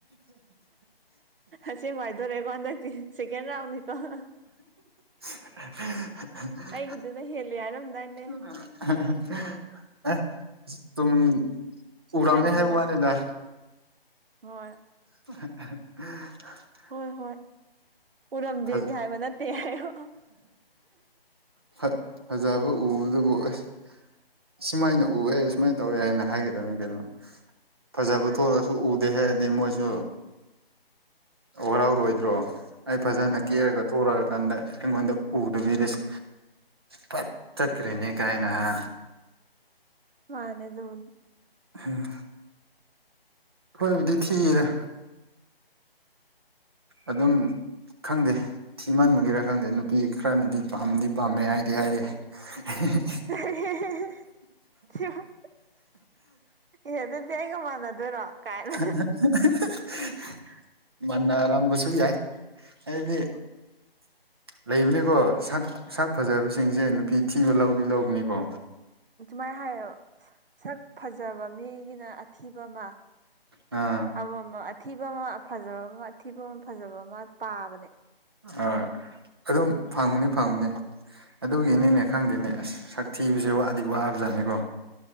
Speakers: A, on the right; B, on the right.
A: ꯑꯁꯤꯁꯉꯥꯏꯗꯣꯔꯑꯦꯀꯣ ꯍꯟꯗꯛꯇꯤ ꯁꯦꯀꯦꯟ ꯔꯥꯎꯟꯅꯤꯀꯣ inaudible
B: ꯍꯦ-ꯍꯦ-ꯍꯥ-ꯍꯦ-ꯍꯦ
A: ꯑꯩꯒꯤꯗꯨꯅ ꯍꯦꯜꯂꯦ ꯍꯥꯏꯔꯝꯗꯥꯏ ꯅꯦ
B: ꯎꯑ ꯏꯍꯥ-ꯍꯥ ꯑꯦ ꯖ ꯇꯨꯝ ꯎꯔꯝꯃꯦ
A: ꯍꯥꯏꯕꯅꯤꯗ
B: ꯍꯥꯏ ꯋꯥꯅꯤꯗ
A: ꯍꯣꯏ
B: ꯏꯍꯥ-ꯍꯥ-ꯍꯥ
A: ꯍꯣꯏ-ꯍꯣꯏ ꯎꯔꯝꯗꯦꯗꯤ
B: ꯐꯖ
A: ꯍꯥꯏꯕ ꯅꯠꯇꯦ ꯍꯥꯏꯌꯣ
B: ꯐꯥ ꯐꯖꯕ ꯎꯕꯗꯕꯨ ꯑ꯭ꯁ ꯁꯨꯃꯥꯏꯅ ꯎꯑꯦ ꯁꯨꯃꯥꯏꯅ ꯇꯧꯋꯦ ꯍꯥꯏꯅ ꯍꯥꯏꯒꯗꯅꯤ ꯀꯩꯅꯣ ꯐꯖꯕ
A: ꯃꯥꯅꯦ
B: ꯊꯣꯛꯑꯁꯨ
A: ꯃꯥꯅꯦ
B: ꯎꯗꯦ ꯍꯦ ꯑꯩꯗꯤ ꯃꯣꯏ ꯁꯨ ꯋꯥꯔꯎꯔꯣꯏꯗ꯭ꯔꯣ ꯑꯩ ꯐꯖꯅ
A: ꯃꯥꯅꯦ
B: ꯀꯦꯔꯒ ꯊꯣꯔꯛꯑꯀꯥꯟꯗ ꯑꯩꯉꯣꯟꯗ ꯎꯗꯕꯤꯗꯁꯨ ꯄꯠ ꯇꯠ ꯀꯔꯦꯅꯦ ꯀꯥꯏꯅꯍ
A: ꯃꯥꯅꯦ ꯑꯗꯨꯅꯦ
B: ꯎꯝ ꯈꯣꯏꯕꯨꯗꯤ ꯊꯤꯌꯦꯗ ꯑꯗꯨꯝ ꯈꯪꯗꯦ ꯊꯤꯃꯟꯕꯒꯤꯔ ꯈꯪꯗꯦ ꯅꯨꯄꯤ ꯈꯔꯅꯗꯤ ꯄꯥꯝꯗꯤ ꯄꯥꯝꯃꯦ ꯍꯥꯏꯗꯤ ꯍꯥꯏꯔꯤ ꯍꯤ-ꯍꯤ
A: ꯏꯍꯤ-ꯍꯤ-ꯍꯤ-ꯍꯤ-ꯍꯤ ꯏꯍꯤ-ꯏ ꯑꯦ ꯑꯗꯨꯗꯤ ꯑꯩꯒ ꯃꯥꯟꯅꯗꯣꯏꯔꯣ ꯀꯥꯏꯅ
B: ꯏ-ꯍꯤ-ꯍꯤ-ꯍꯤ ꯃꯅ ꯑꯔꯝꯕꯨꯁꯨꯨ ꯌꯥꯏꯗꯤ ꯆꯤ ꯂꯩꯕꯅꯤꯀꯣ ꯁꯥꯛ ꯁꯥꯛ ꯐꯖꯕꯁꯤꯡꯁꯦ ꯅꯨꯄꯤ ꯊꯤꯕ ꯂꯧꯗꯤ ꯂꯧꯕꯅꯤꯀꯣ
A: ꯁꯨꯃꯥꯏꯅ ꯍꯥꯏꯌꯣ ꯁꯛ ꯐꯖꯕ ꯃꯤꯒꯤꯅ ꯑꯊꯤꯕ ꯑꯃ
B: ꯑꯥ
A: ꯑꯃ-ꯑꯃ ꯑꯊꯤꯕ ꯑꯃ ꯐꯖꯕ ꯑꯃ ꯑꯊꯤꯕ ꯑꯃ ꯐꯖꯕ ꯑꯃ ꯄꯥꯕꯅꯦ
B: ꯑꯥ ꯑꯗꯨꯝ ꯐꯪꯕꯅꯤ ꯐꯪꯕꯅꯦ ꯑꯗꯨꯒꯤꯅꯤꯅꯦ ꯈꯪꯗꯦꯅꯦ ꯑ꯭ꯁ ꯁꯛ ꯊꯤꯕꯁꯦ ꯋꯥꯗꯤ ꯋꯥꯕ ꯖꯥꯠꯅꯤꯀꯣ